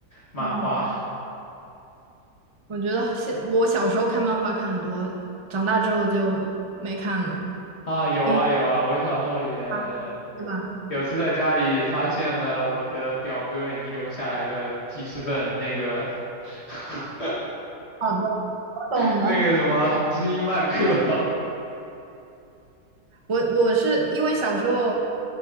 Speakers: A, on the left (about 40°); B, on the right (about 30°).
A: 漫画。
B: 嗯，我觉得现我小时候看漫画看很多，长大之后就没看了，
A: 啊，有啊有啊，
B: 因为
A: 我小时候也
B: 啊是吧？
A: 有次在家里发现了我的表哥遗留下来的记事本，那个 <laughs>
B: 好的，我懂了。
A: 那个什么知音漫客，
B: 我我是因为小时候